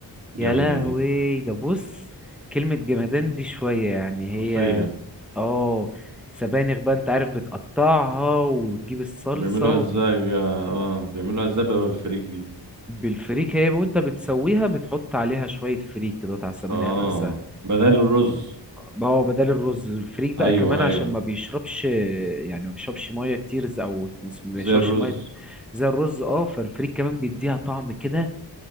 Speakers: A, in the centre; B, on the right.
A: يا
B: جامدة
A: لهوي
B: دي
A: ده بص كلمه جمدان دي شويه يعني هي
B: حرفيا
A: اه سبانخ بقى انت عارف بتقطعها وتجيب الصلصه
B: بيعملوها ازاي بي... اه بيعملوها ازاي بدل الفريك دي
A: بالفريك هي وانت بتسويها بتحط عليها شويه فريك كده على السبانخ
B: اه
A: نفسها
B: بدل الرز
A: ما هو بدل الرز الفريك بقى
B: ايوه
A: كمان عشان
B: ايوه
A: ما بيشربش يعني ما بيشربش ميه كتير ز- او ما بيشربش
B: زي الرز
A: ميه زي الرز اه فالفريك كمان بيديها طعم كده